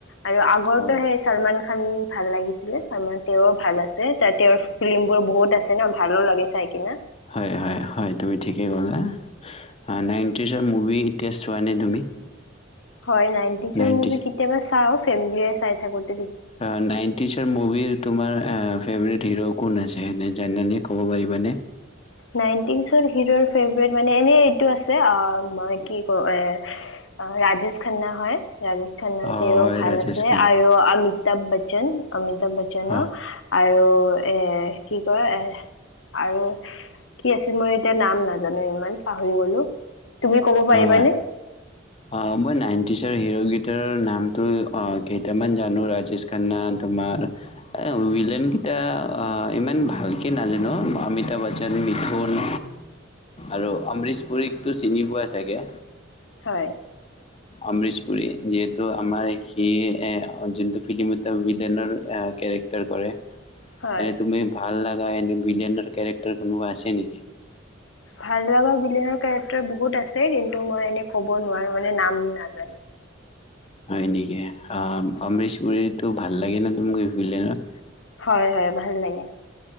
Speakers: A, on the left; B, on the left.
A: আৰু আগৰটো
B: অ
A: সেই চলমান খান ভাল লাগিছিলে চামা তেওঁৰ ভাল আছে তাতে তেওঁৰ ফিল্ম বোৰ বহুত আছে ন ভালো লাগে চাই কিনে।
B: হয় হয় হয় তুমি ঠিকেই ক'লা, হা নাইনটিছৰ মুভি এতিয়া চোৱা নে তুমি?
A: হয় নাইনটিজৰ
B: নাইনটিজ
A: মুভি কেতিয়াবা চাওঁ। চেম্বেলিয়ে চাই থাকো
B: হা নাইনটিছৰ মুভিৰ তোমাৰ অ, ফেভৰেট হিৰো কোন আছে, এনে জানা নে, ক'ব পাৰিব নে?
A: নাইনটিছৰ হিৰো ফেভৰেট মানে এনে এইটো আছে অ, মই কি কৈ এ, ৰাজেশ খান্না হয়, ৰাজেশ খান্না
B: অ
A: তেওঁ
B: হয়
A: ভাল
B: ৰাজেশ
A: আছে
B: খান
A: আৰু আমিত অমিতা বচ্চন অমিত বচ্চনন
B: অ
A: আ আৰু এ, কি কয় এহ আৰু কি আছে, মই এতিয়া নাম নাজানো ইমান পাহৰি গ'লো, তুমি ক'ব পাৰিবানে?
B: অ অ' মই নাইনটিজৰ হিৰ কেইতাৰ নামটো কেইটামান জানো, ৰাজেশ খান্না তোমাৰ ভিইলেন কেইটা ইমান ভালকে নাজানো, অমিতাভ বচ্চন, মিথুন আৰু অমৰিশ পুুৰীকতটো চিনি পোৱা চাগে?
A: হয়
B: অমৰিশ পুুৰী যিহেতু আমাৰ সি যোনটো ফিল্মত ভিলনৰ কেৰেক্টাৰ কৰে এনে
A: হয়
B: তুমি ভাল লগা এনেই ভিলেইনৰ কেৰেক্টাৰ কোনোবা আছে নেকি?
A: ভাল লগা ভিলেইনৰ কেৰেক্টাৰ বহুত আছে, কিন্তু মই এনে ক'ব নোৱাৰো মানে নাম নাজানো।
B: হয় এনেকি, অ' অমৰীশপুৰীতো ভাল লাগে নে তুমি ভিলেইনত?
A: হয় হয় ভাল লাগে।